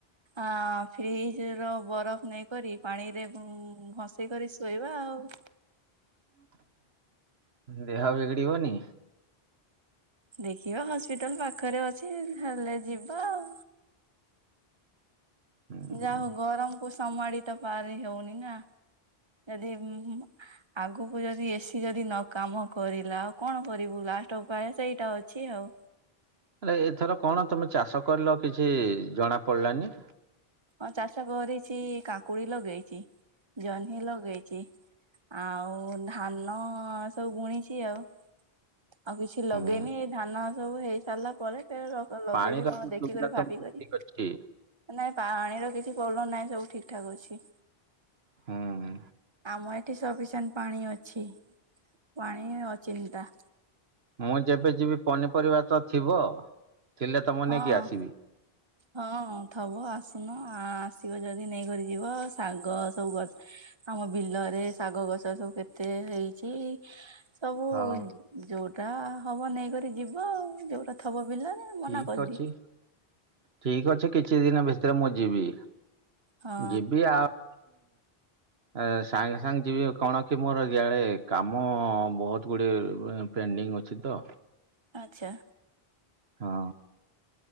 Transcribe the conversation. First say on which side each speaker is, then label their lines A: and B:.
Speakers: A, on the right; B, on the right.
A: ଆ ଫ୍ରିଜ ର ବରଫ ନେଇକରି ପାଣି ରେ ଭସ କରି ଶୋଇବା ଆଉ।
B: ଦେହ ବିଗିଡିବନି?
A: ଦେଖିବା ହସ୍ପିଟାଲ ପାଖରେ ଅଛି ହେଲେ ଯିବା ଆଉ।
B: ହୁଁ
A: ଯା ହଉ ଗରମକୁ ସମାଳି ତ ପାରି ହଉନି ନା ଯଦି ଉମ୍ ଆଗୁକୁ ଯଦି ଏସି ଯଦି ନ କାମ କରିଲା ଆଉ କଣ କରିବୁ ଲାଷ୍ଟ ଉପାୟ ସେଇଟା ଅଛି ଆଉ।
B: ହେଲେ ଏଥର କଣ ତମେ ଚାଷ କରିଲ କିଛି ଜଣା ପଡିଲାନି।
A: ହଁ ଚାଷ କରିଛି କାକୁଡି ଲଗେଇଚି ଜହ୍ନି ଲଗେଇଚି ଆଉ ଧାନ ସବୁ ବୁଣିଛି ଆଉ। ଆଉ କିଛି ଲଗେଇନି
B: ହୁଁ।
A: ଧାନ ସବୁ ହେଇ ସାରିଲା ପରେ <unintelligible> ଲଗେଇବି
B: ପାଣିର
A: କଣ
B: ବି
A: ଦେଖିକରି
B: ସୁବିଧା
A: ଭାବିିକରି।
B: ତ ଠିକ ଅଛି
A: ନାଇଁ ପା-ଣିର କିଛି ପ୍ରୋବ୍ଲେମ୍ ନାହିଁ ସବୁ ଠିକ୍ ଠାକ୍ ଅଛି।
B: ହୁଁ।
A: ଆମ ଏଠି ସପିସେଣ୍ଟ୍ ପାଣି ଅଛି ପାଣି ଅଚିନ୍ତା।
B: ମୁଁ ଯେବେ ଯିବି ପନିପରିବା ତ ଥିବ? ଥିଲେ ତମୁଁ
A: ହଁ
B: ନେଇକି ଆସିବି।
A: ହଁ ଥବ ଆସୁନ ଆ-ସିବ ଯଦି ନେଇକରି ଯିବ ଶାଗ ସବୁ ଗ ଆମ ବିଲରେ ଶାଗ ଗଛ ସବୁ କେତେ ହେଇଚି। ସବୁ
B: ହଁ।
A: ଯୋଉଟା ହବ ନେଇକରି ଯିବ ଆଉ ଯୋଉଟା ଥବ ବିଲରେ ମନା
B: ଠିକ
A: କଲି
B: ଅଛି ଠିିକ୍ ଅଛି କିଛି ଦିନ ଭିତରେ ମୁଁ ଯିବି।
A: ହଁ
B: ଯିବି ଆଉ। ଆ ସାଙ୍ଗ୍ ସାଙ୍ଗ୍ ଯିବି କଣ କି ମୋର ଇଆଡେ କାମ ବହୁତ ଗୁଡେ ପେଣ୍ଡିଙ୍ଗ୍ ଅଛି ତ।
A: ଆଚ୍ଛା।
B: ହଁ।